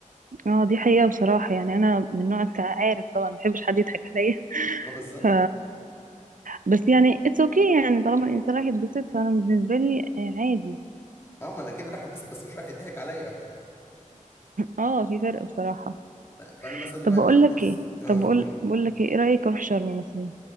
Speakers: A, on the right; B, on the left.
A: اه دي حقيقة بصراحة يعني انا من نوع انت عارف طبعا ما بحبش حد يضحك عليا
B: اه بالظبط
A: ف بس يعني اتس اوكي okay يعني طالما الانسان راح يتبسط فانا بالنسبة لي آه، عادي
B: اه ما انا اكيد راح اتبسط بس مش راح يضحك عليا
A: اه في فرق بصراحة
B: <laughs> لا فانا مثلا
A: طب
B: واحد
A: بقول
B: من الناس
A: لك ايه
B: اه
A: طب بقول
B: قولي
A: بقول لك ايه إيه رأيك اروح شرم مثلا